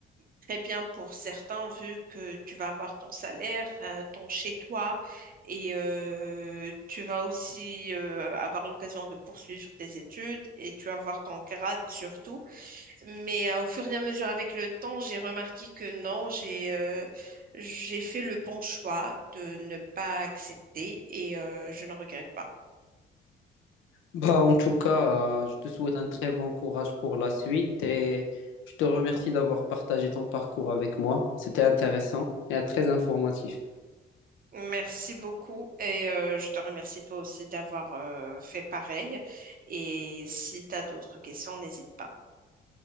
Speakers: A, on the right; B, on the left.
A: très bien pour certains, vu que tu vas avoir ton salaire, euh, ton chez-toi, et euh, tu vas aussi euh, avoir l'occasion de poursuivre tes études et tu vas avoir ton grade surtout. Mais euh, au fur et à mesure avec le temps, j'ai remarqué que non, j'ai euh, j'ai fait le bon choix de ne pas accepter et euh, je ne regrette pas.
B: Bah, en tout cas, euh, je te souhaite un très bon courage pour la suite et je te remercie d'avoir partagé ton parcours avec moi. C'était intéressant et euh, très informatif.
A: Merci beaucoup et euh, je te remercie toi aussi d'avoir euh, fait pareil. Et si tu as d'autres questions, n'hésite pas.